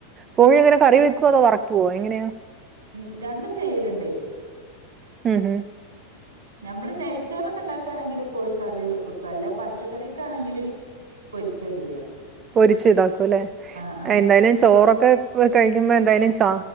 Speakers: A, on the right; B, on the right.
A: കോഴി എങ്ങനെ കറി വെക്കുവ അതോ വറക്കുവോ എങ്ങനെയാ
B: ഉം രണ്ടും ചെയ്യലുണ്ട്
A: ഉം ഉം
B: നമ്മള് നെയ്ച്ചോറൊക്കെ ഉണ്ടാക്കാണെങ്കിൽ കോഴ കറി വെക്കും അല്ലെ പച്ചക്കറീക്കാണെങ്കിൽ പൊരിക്ക ചെയ്യാ
A: പൊരിച്ച് ഇതാക്കുംല്ലെ
B: ആഹ് ആഹ്
A: എന്തായാലും ചോറൊ ഒക്കെ കഴിക്കുമ്പോ എന്തായാലും ച